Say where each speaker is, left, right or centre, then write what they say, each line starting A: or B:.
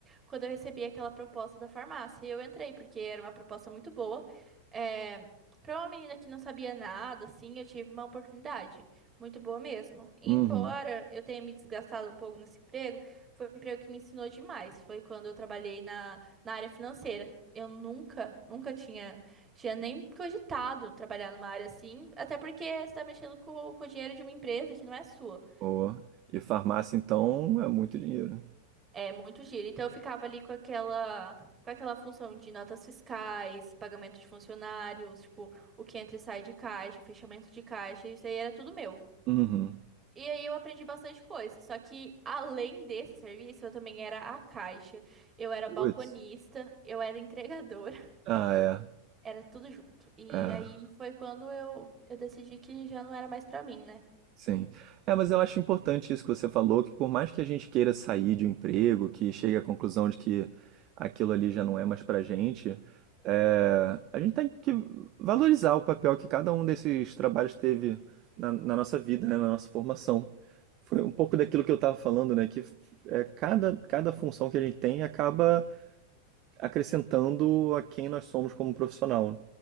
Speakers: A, on the right (about 20°); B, on the right (about 35°).
A: quando eu recebi aquela proposta da farmácia. E eu entrei, porque era uma proposta muito boa. É, para uma menina que não sabia nada, assim, eu tive uma oportunidade. Muito boa mesmo. Embora
B: Uhum.
A: eu tenha me desgastado um pouco nesse emprego, foi um emprego que me ensinou demais. Foi quando eu trabalhei na, na área financeira. Eu nunca, nunca tinha, tinha nem cogitado trabalhar numa área assim, até porque você está mexendo com, com o dinheiro de uma empresa que não é sua.
B: oh E farmácia, então, é muito dinheiro. né?
A: É muito giro. Então eu ficava ali com aquela, com aquela função de notas fiscais, pagamento de funcionários, tipo, o que entra e sai de caixa, fechamento de caixa, isso aí era tudo meu.
B: Uhum.
A: E aí eu aprendi bastante coisa. Só que além desse serviço, eu também era a caixa, eu era balconista,
B: Putz.
A: eu era entregadora,
B: Ah, é.
A: <laughs> era tudo junto. E
B: É.
A: aí foi quando eu, eu decidi que já não era mais pra mim, né?
B: Sim. É, mas eu acho importante isso que você falou, que por mais que a gente queira sair de um emprego, que chegue à conclusão de que aquilo ali já não é mais pra gente, é, a gente tem que valorizar o papel que cada um desses trabalhos teve na, na nossa vida, né, na nossa formação. Foi um pouco daquilo que eu estava falando, né? Que é, cada, cada função que a gente tem acaba acrescentando a quem nós somos como profissional. né?